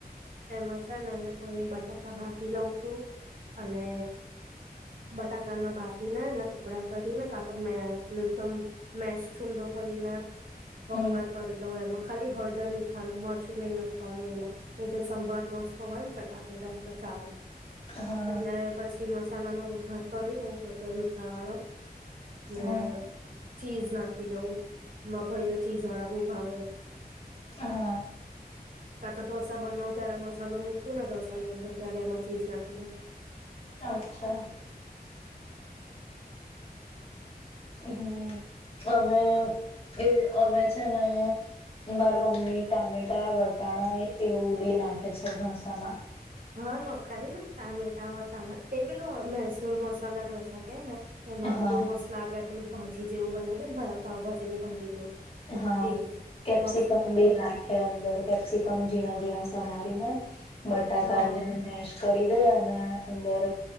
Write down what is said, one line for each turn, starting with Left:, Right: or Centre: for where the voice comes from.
Right: એમાં છે ને હું બટાકા બાફી લઉં છું અને બટાકા ના બાફીને એના ટુકડા કરીને કા તો એકદમ મેસ છુંંદો કરીને વગાર
Left: હમ
Right: કરી દઉં એમાં ખાલી હળદર મીઠા નુ મારચું નહી નાખવાનું એમાં. એ જે સંભર મસ્તો હોય ને ચટાકેદાર તો ચાલે
Left: હા
Right: એટલે પછી મસ મસાલા નો વગાર કરી દવ પત મીઠા વાળો ને
Left: હા
Right: ચીઝ નાખી દઉં. મારા ભઈ ને ચીઝ વાળા બહુ- ભાવે.
Left: હા
Right: કા તો ઢો ત્યારે મસાલો મૂકું નાને ડોસાની અંદર ત્યારે એમાં ચીઝ નાખી દઉ
Left: અચ્છા. હમ અમે એ અમે છે ને માર મમ્મી ટામેટા વટાણા એવું બી નાખે છે ઢો મસાલા
Right: હા નખાય ને. ટામેટા વટાણા પેલું મેસૂર મસાલા ઢોસા કે ને એમાં
Left: હા
Right: બહુ મસ્ત લાગે પેલું. ભાજી જેવું બનાવી દે ભા પાાવભાજી ની ભાજી જેવું
Left: હા
Right: એ
Left: કેપ્સિકમ
Right: મસ્ત લાગે
Left: બી નાખે અંદર કેપ્સિકમ ઝીણા ઝીણા સમારી ને બટાકાને
Right: હા
Left: મેશ કરી દે અને અંદર